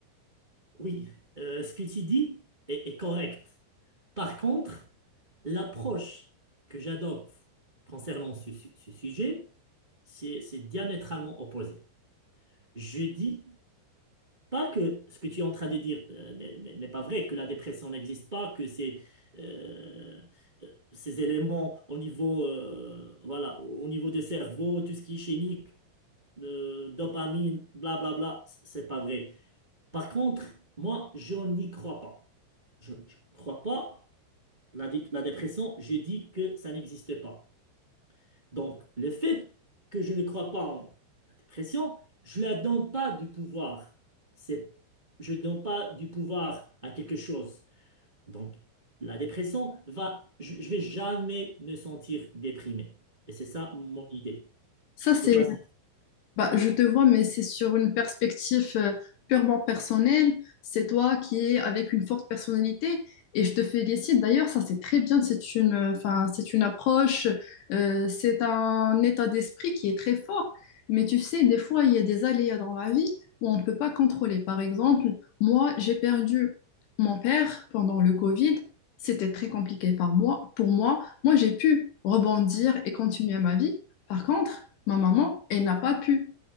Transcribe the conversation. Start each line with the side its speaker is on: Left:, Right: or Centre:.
Right: oui, euh, ce que tu dis est, est correct. Par contre, l'approche que j'adopte concernant ce, su- ce sujet, c'est c'est diamétralement opposé. Je dis pas que ce que tu es en train de dire euh, n'est n'est- n'est pas vrai, que la dépression n'existe pas, que ces, euh, euh, ces éléments au niveau, euh, voilà, au niveau des cerveaux, tout ce qui est chimique, euh, dopamine, blablabla, c- c'est pas vrai. Par contre, moi, je n'y crois pas. Je ne crois pas. La, dé- la dépression, je dis que ça n'existe pas. Donc, le fait que je ne crois pas en la dépression, je ne la donne pas du pouvoir. C'est, je ne donne pas du pouvoir à quelque chose. Donc, la dépression va, je, je vais jamais me sentir déprimé. Et c'est ça mon idée.
Left: Ça,
Right: Je
Left: c'est
Right: sais pas si.
Left: Bah, je te vois, mais c'est sur une perspective euh, purement personnelle. C'est toi qui es avec une forte personnalité et je te félicite. D'ailleurs, ça c'est très bien. C'est une, euh, enfin, c'est une approche, euh, c'est un état d'esprit qui est très fort. Mais tu sais, des fois, il y a des aléas dans la vie où on ne peut pas contrôler. Par exemple, moi, j'ai perdu mon père pendant le Covid. C'était très compliqué par moi, pour moi. Moi, j'ai pu rebondir et continuer ma vie. Par contre, Ma maman, elle n'a pas pu.